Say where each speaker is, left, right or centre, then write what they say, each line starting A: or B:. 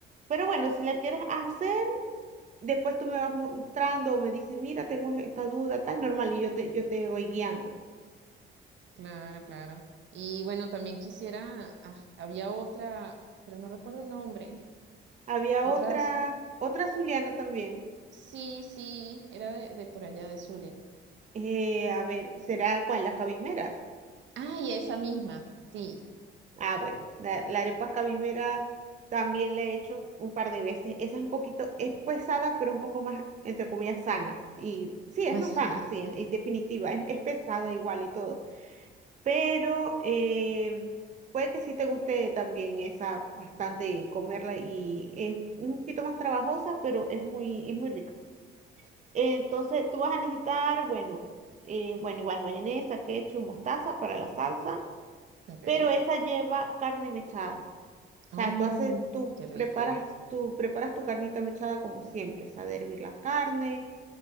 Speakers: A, on the right (about 35°); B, on the right (about 65°).
A: Pero bueno, si la quieres hacer, después tú me vas mostrando o me dices, mira, tengo esta duda, tan normal, y yo te, yo te voy guiando.
B: Claro, claro. Y bueno, también quisiera, ah, había otra, pero no recuerdo el nombre,
A: Había
B: otra,
A: otra,
B: sí,
A: otra zuliana también.
B: sí, sí, era de, de por allá de Zulia.
A: Eh, a ver, ¿será cuál? La cabimera.
B: Ay, esa misma, sí,
A: Ah, bueno, la, la arepa cabimera también la he hecho un par de veces. Esa es un poquito, es pesada, pero un poco más, entre comillas, sana. Y sí, es
B: más,
A: más
B: <laughs>
A: sana, sí, en, en definitiva, es, es pesada igual y todo. Pero eh, puede que sí te guste también esa bastante comerla y es un poquito más trabajosa, pero es muy, es muy rica. Entonces, tú vas a necesitar, bueno, eh, bueno, igual mayonesa, ketchup, mostaza para la salsa,
B: ok.
A: pero esa lleva carne mechada. O
B: Oh,
A: sea, tú haces, tú
B: qué rico.
A: preparas, tú preparas tu carnita mechada como siempre, o sea, de hervir la carne,